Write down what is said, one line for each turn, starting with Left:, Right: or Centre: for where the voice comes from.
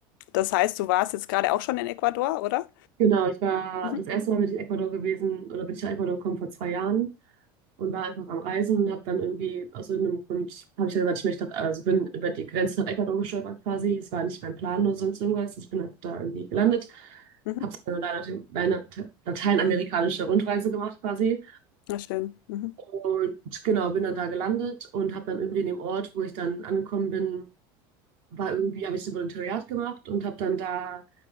Left: das heißt, du warst jetzt gerade auch schon in Ecuador, oder?
Right: Genau, ich war
Left: Mhm,
Right: das erste Mal bin ich in Ecuador gewesen oder bin ich nach Ecuador gekommen vor zwei Jahren und war einfach am Reisen und habe dann irgendwie aus irgendeinem Grund habe ich dann gesagt, ich möchte nach, also bin über die Grenze nach Ecuador gestolpert quasi. Es war nicht mein Plan oder sonst irgendwas. Ich bin einfach da irgendwie gelandet,
Left: mhm.
Right: habe dann eine Latein- Lateinamerikanische Rundreise gemacht quasi.
Left: Na schön. Mhm,
Right: Und genau, bin dann da gelandet und habe dann irgendwie in dem Ort, wo ich dann angekommen bin, war irgendwie, habe ich so ein Volontariat gemacht und habe dann da